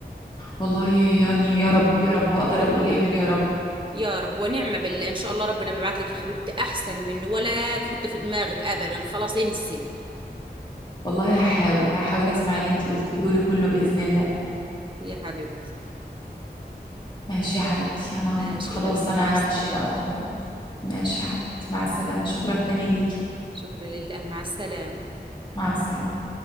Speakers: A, on the left; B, on the right.
A: والله يعني يا رب يا رب هقدر اقول ايه غير يا رب
B: يا رب ونعمه بالله ان شاء الله ربنا بيبعت لك يا حبيبتي احسن منه ولا تحطي في دماغك ابدا خلاص انسي
A: والله هحاول هحاول اسمع
B: حبيبتي
A: اللي انتي قلتيه لي كله باذن الله
B: يا حبيبتي
A: ماشي يا حبيبتي انا
B: ماشي
A: خلاص
B: يا حبيبتي
A: انا
B: مع السلامه
A: همشي بقى دلوقتي ماشي يا حبيبتي مع السلامه شكرا تاني ليكي
B: شكرا لله مع السلامه
A: مع السلامه